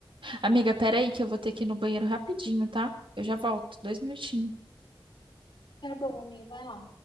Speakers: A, on the right; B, on the left.
A: Amiga, peraí que eu vou ter que ir no banheiro rapidinho, tá? Eu já volto. Dois minutinhos.
B: Tá bom, amigo, vai lá.